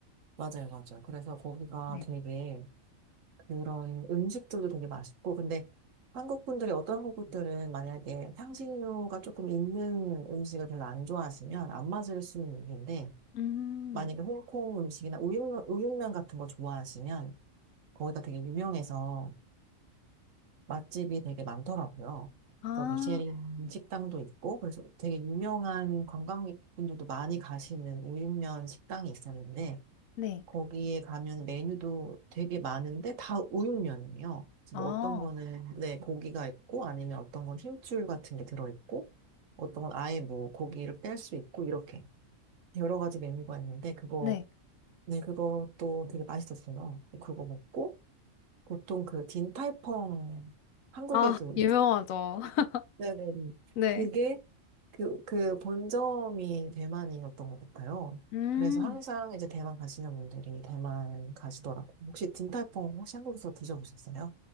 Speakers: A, on the right (about 70°); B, on the left (about 80°).
A: 맞아요, 맞아요. 그래서 거기가
B: 네.
A: 되게 그런 음식들도 되게 맛있고, 근데 한국 분들이 어떤 한국 분들은 만약에 향신료가 조금 있는 음식을 별로 안 좋아하시면 안 맞을 수는 있는데,
B: 음.
A: 만약에 홍콩 음식이나 우육면, 우육면 같은 거 좋아하시면 거기가 되게 유명해서 맛집이 되게 많더라고요.
B: 아,
A: 또 미쉐린 식당도 있고, 그래서 되게 유명한 관광객분들도 많이 가시는 우육면 식당이 있었는데,
B: 네.
A: 거기에 가면 메뉴도 되게 많은데 다 우육면이에요.
B: 아,
A: 뭐 어떤 거는 네 고기가 있고 아니면 어떤 건 힘줄 같은 게 들어 있고 어떤 건 아예 뭐 고기를 뺄 수 있고 이렇게 여러 가지 메뉴가 있는데 그거
B: 네.
A: 네 그것도 되게 맛있었어요. 그거 먹고 보통 그 딘타이펑 한국에도
B: 아, 유명하죠.
A: 있-
B: <laughs>
A: 네네네.
B: 네.
A: 그게 그, 그 본점이 대만이었던 것 같아요.
B: 음.
A: 그래서 항상 이제 대만 가시는 분들이 대만 가시더라고요. 혹시 딘탈퐁 혹시 한국에서 드셔보셨어요?